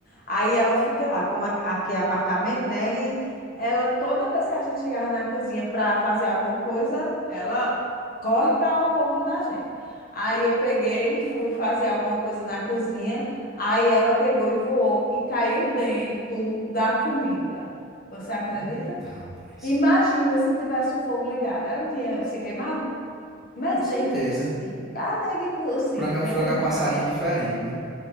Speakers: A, on the left; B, in the centre.
A: Aí ela fica lá, como a- aqui é apartamento, né? E ela, toda vez que a gente chegava na cozinha para fazer alguma coisa, ela corre para o ombro da gente. Aí eu peguei e fui fazer alguma coisa na cozinha. Aí ela pegou e voou e caiu dentro da comida. Você acredita?
B: Eita, rapaz.
A: Imagina se tivesse o fogo ligado. Ela não tinha se queimado? Mas
B: Com certeza.
A: é impossível. A nega é impossível.
B: Frango é um
A: Nega
B: frango
A: não,
B: a passarinho
A: galega.
B: diferente, né?